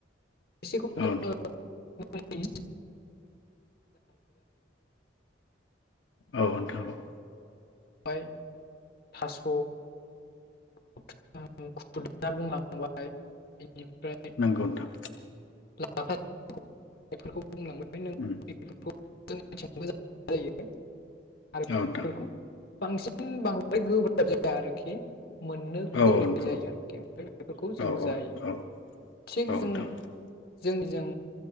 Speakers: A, on the left; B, on the left.
A: एसेखौ
B: औ
A: जोङो <unintelligible>
B: औ नोंथां औ
A: ओमफाय थास' <unintelligible> <unintelligible> <unintelligible> बुंलांबाय
B: नंगौ नोंथां
A: नों बेफोरखौ जोंनिथिंबो
B: उम
A: गोजान जायो आरो
B: ओ नोंथां
A: बेफोरखौ बांसिन बांद्राय गोब्राब जाया आरोखि मोननो गोरलै
B: औ औ नोंथां
A: जायो आरोखि ओमफ्राय बेफोरखौ
B: औ
A: जों जायो
B: औ
A: थिग
B: औ नोंथां
A: जों जोंनिजों